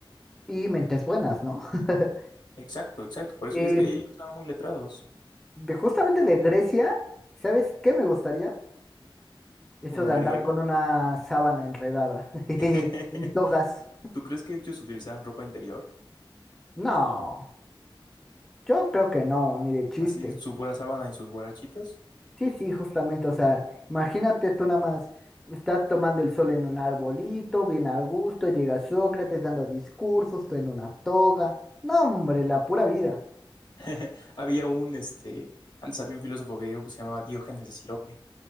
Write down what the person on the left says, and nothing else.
Exacto, exacto. Por eso
es que ellos estaban muy letrados.
Una
griega.
<laughs>
¿Tú crees que ellos utilizaban ropa interior?
Así su pura sábana y sus guarachitos.
<laughs> Había un, este, antes había un filósofo griego que se llamaba Diógenes de Sirope.